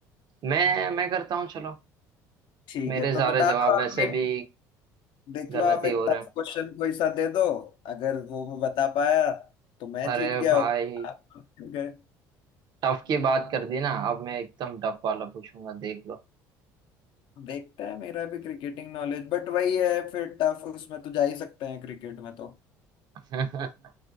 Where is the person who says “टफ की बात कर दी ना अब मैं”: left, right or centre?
Right